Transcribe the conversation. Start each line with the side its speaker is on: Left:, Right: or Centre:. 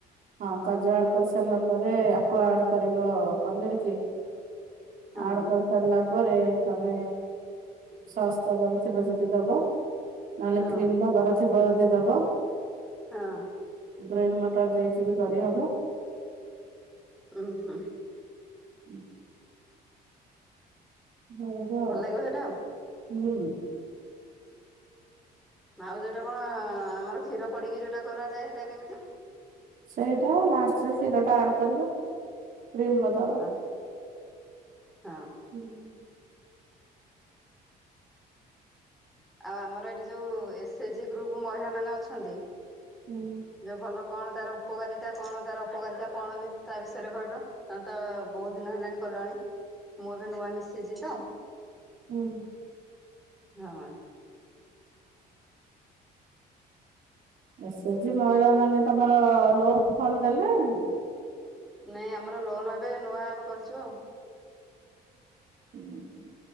Right: ହଁ କାଜୁ ଆଡ୍ କରି ସାରିଲା ପରେ ଆକୁ ଆଡ କରିବ ପନିର କି।
Centre: ହଁ
Right: ଆଡ଼କାସରଲାା ପରେରେ ତମେ ସସ୍ ଦବାର ଥିବ ଯଦି ଦବ ନହେଲେ
Centre: ହଁ।
Right: କ୍ରିମ ଦବାର। ସେ ବଦ ଦବ।
Centre: ହଁ।
Right: ଗ୍ରନ୍ ମଟର ଦେଇକି ବି କରିହବ।
Centre: ଓ ହୋ।
Right: ହୁଁ। ହଗ
Centre: ଭଲ ଲାଗିବ ସେଇଟା ଆଉ।
Right: ହୁଁ।
Centre: ମାଉ ଯୋଉଟା କଣ ଆମର କ୍ଷୀର ପଡିକି ଯୋଉଟା କରାଯାଏ ସେଟା କେମିତି
Right: ସେଇଟାଷ୍ଟରେ କ୍ଷୀର ଟା ଆଡ କରିବ କ୍ରିମ ବ। ଳରେ
Centre: ହଁ ହଁ।
Right: ହୁଁ।
Centre: ଆଉ ଆମର ଏଠି ଯୋଉ ଏସେଏଚଜି ଗ୍ରୁପ ମହିଳା ମାନେ ଅଛନ୍ତି
Right: ହୁଁ।
Centre: ଯୋଉ ଭଲ କଣ ତାର ଉପକାରିତା କଣ ତାର ଅ ପକାରିତା କଣ ବି ତା ବିଷୟରେ କହିଲ। ତମେ ତ ବହୁତ ଦିନ ହେଲାଣି କଲଣି ମୁଁ ଏବେ ନୂଆ ମିଶିଛି ତ।
Right: ହୁଁ।
Centre: ହଁ।
Right: ଏସେ ଏଚ୍ ଜି ମହିଳା ମାନେ ତମର ଲୋନ ଫଣ୍ଡ ଦେଲେଣି।
Centre: ନାଇଁ ଆମର ଲୋନ୍ ଏବେ ନୂଆ ଆମେ କରିଛୁ ଆଉ
Right: ହୁଁ ହୁଁ